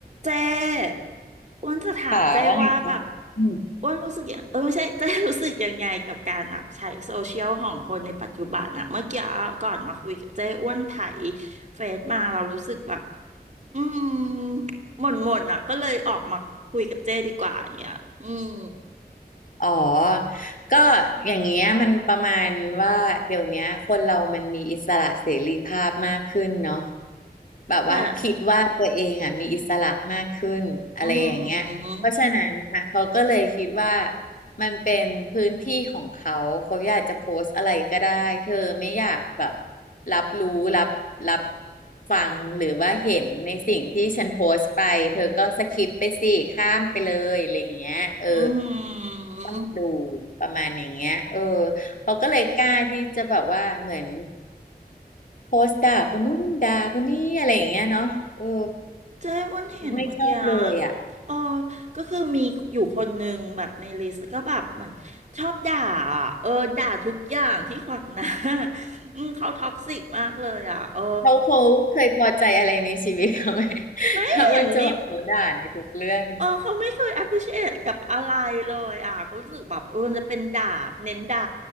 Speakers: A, on the right; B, on the left.
A: เจ้อ้วนจะถามเจ้ว่าแบบ
B: ค่ะว่าไงคะอืม
A: อ้วนรู้สึกยังเออไม่ใช่เจ้รู้สึกยังไงกับการแบบใช้โซเชียลของคนในปัจจุบันอะเมื่อกี้ก่อนมาคุยกับเจ้อ้วนไถเฟซมาเรารู้สึกแบบอืมหม่นหม่นอะก็เลยออกมาคุยกับเจ้ดีกว่าอย่างเงี้ยอืม
B: อ๋อ ก็อย่างเงี้ยมันประมาณว่าเดี๋ยวเนี้ยคนเรามันมีอิสระเสรีภาพมากขึ้นเนาะแบบว่าคิดว่าตัวเองอ่ะมีอิสระมากขึ้นอะไรอย่างเงี้ยเพราะฉะนั้นค่ะเขาก็เลยคิดว่า
A: แต่อืม
B: มันเป็นพื้นที่ของเขาเขาอยากจะโพสต์อะไรก็ได้เธอไม่อยากแบบรับรู้รับรับฟังหรือว่าเห็นในสิ่งที่ฉันโพสต์ไปเธอก็สคิปไปสิข้ามไปเลยอะไรอย่างเงี้ยเออ
A: อืม
B: ต้องดูประมาณอย่างเงี้ยเออเขาก็เลยกล้าที่จะแบบว่าเหมือนโพสต์ด่าคนนู้นด่าคนนี้อะไรอย่างเงี้ยเนาะเออ
A: เจ๊อ้วันเห็นอะเมื่อกี้อะ
B: ไม่ชอบเลยอ่ะ
A: เออก็คือมีอยู่คนหนึ่งแบบในลิสต์ก็แบบเหมือนชอบด่าอะเออ ด่าทุกอย่างที่ขวางหน้า <laughs> อืมเขาท็อกซิกมากเลยอ่ะเออ
B: เขาเขาเคยพอใจอะไรในชีวิตเขาไหม <laughs>
A: ไม่เห็นมี
B: ถ้าอ้วนจะบอกเขาด่าในทุกเรื่อง
A: เออเขาไม่เคย appreciate กับอะไรเลยอ่ะเขารู้สึกแบบเออจะเป็นด่าเน้นด่า